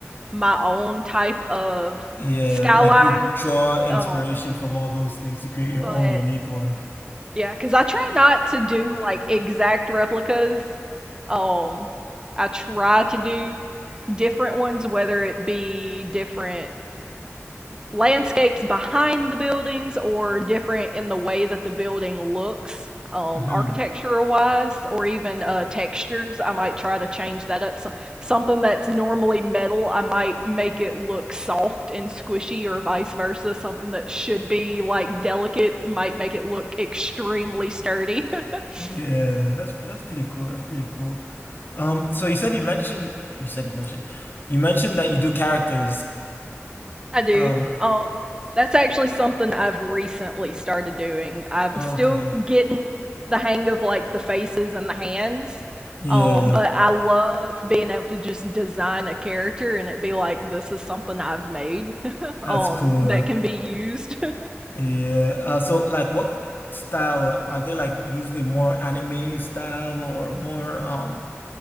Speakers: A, on the right (about 15°); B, on the left (about 45°).
A: my own type of
B: Yeah,
A: skyline
B: like you draw inspiration
A: um <laughs>
B: from all those things to create your
A: but
B: own unique one.
A: yeah, because I try not to do like exact replicas. Um, I try to do different ones, whether it be different landscapes behind the buildings or different in the way that the building looks um,
B: hmm
A: architecture wise or even uh, textures i might try to change that up so, something that's normally metal i might make it look soft and squishy or vice versa something that should be like delicate might make it look extremely sturdy <laughs>
B: Yeah, that's that's pretty cool. That's pretty cool. Um, so you said you mentioned you said you mentioned you mentioned that you do characters.
A: I do.
B: Um,
A: Um, that's actually something I've recently started doing. I'm
B: okay.
A: still getting the hang of like the faces and the hands.
B: Yeah,
A: Um, but I love being able to just design a character and it be like this is something I've made <laughs>
B: that's
A: um
B: cool.
A: that can be used. <laughs>
B: Yeah. Uh, so like what style are they like usually more anime style or more um,